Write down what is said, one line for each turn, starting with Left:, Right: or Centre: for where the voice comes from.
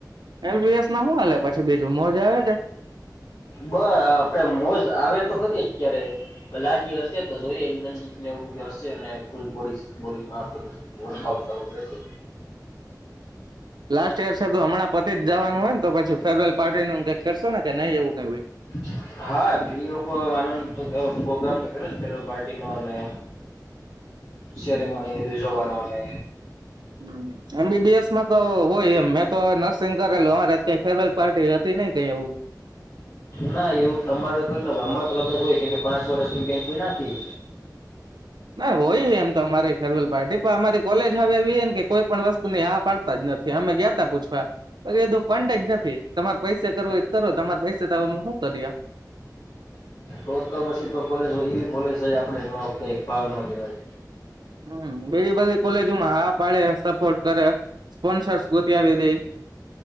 Right: એમબીએસમાં હુ હાલે પછી બીજું મોજ આવે કે.
Left: પ આપડે મોઝ આવે અત્યારે લાસ્ટ ઈયર શે તો જોઈએ ઈન્ટનશીપ ને એવુ બધુ હશે. ને ફૂલ બોડી બોડીમાં વર્કઆઉટ કરવાનું રેશે.
Right: લાસ્ટ યર છે તો હમણાં પતિ જ જવાનું હોય ને તો પછી ફેરવેલ પાર્ટી નું કઈક કરશો ને કે નહીં એવું કઈ હોય
Left: <unintelligible> હા, ઈ લોકો હવે વાનંદ તો બઉ પ્રોગ્રામ તો કર્યો જ કર્યો પાર્ટીનો અને શ્યારે મને વયુ ઝવાનો અને
Right: હમ, એમબીબીએસમાં તો હોય એમ. મે તો હવે નર્સિંગ કરેલું. અમાર આજ કાઈ ફેરવેલ પાર્ટી હતી કે ન કઈ એવું.
Left: ના એવું તમારે કઈ ન હોય. અમાર તો કદાચ હોય કેમ કે પાંચ વર્ષની બેનચ કોઈ નાખી.
Right: ના હોય, એમ તો અમારેય ફેરવેલ પાર્ટી પર અમારી કોલેજ હવે એવી હેન કે કોઈ પણ વસ્તુની હા પાડતા જ નથી. અમે ગ્યાતા પૂછવા બાકી એ તો ફંડ જ નથી. તમાર પૈસે કરવું હોય ત કરો. તમારે પૈસે તો હુ કરીયે.
Left: તો તો પસી તો કોલેજ હોય. ઈવી કોલેજય આપડે ન કઈક ભાવ ન દેવાય.
Right: <inaudible> હમ બીજી બધી કોલેજોમાં હા પાડે સપોર્ટ કરે સ્પોન્સર્સ ગોતાવી દે